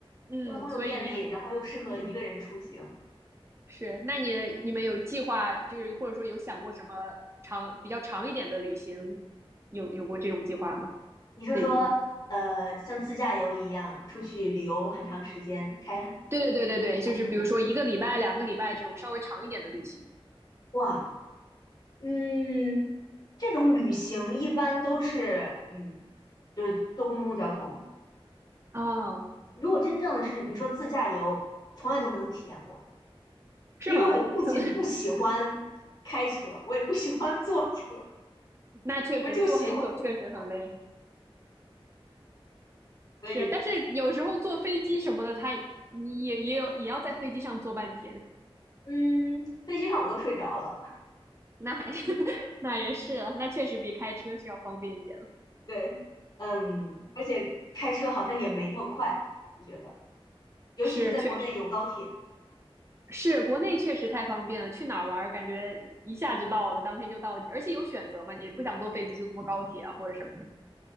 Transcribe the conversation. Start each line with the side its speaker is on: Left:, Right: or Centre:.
Right: 嗯，
Left: 交通又便利，
Right: 所以你，
Left: 然后又适合一个人出行。
Right: 嗯，是，那你你们有计划，就是或者说有想过什么长比较长一点的旅行，有有过这种计划吗？
Left: 你是说，
Right: 最近。
Left: 呃，像自驾游一样出去旅游很长时间，开很
Right: 对对对对对，
Left: 很长长途？
Right: 就是比如说一个礼拜、两个礼拜这种稍微长一点的旅行。
Left: 哇，嗯，这种旅行一般都是，嗯，就是坐公共交通。
Right: 哦，
Left: 如果真正的是你说自驾游，从来都没有体验过。
Right: 是吗？
Left: 因为我不仅不喜欢开车，
Right: <laughs> 坐
Left: 我也不喜欢坐车，
Right: 那确实坐很久确实很累。
Left: 我就喜欢公共交通。所以，
Right: 是，但是有时候坐飞机什么的，它你也也有也要在飞机上坐半天，
Left: 嗯，飞机上我都睡着了。
Right: 那还 <laughs> 那也是了，那确实比开车是要方便一点了
Left: 对，嗯，而且开车好像也没那么快，我觉得，尤其是在国内有高铁，
Right: 是，确实是国内确实太方便了，去哪儿玩儿感觉一下就到了，当天就到了，而且有选择嘛，你不想坐飞机就坐高铁啊或者什么的。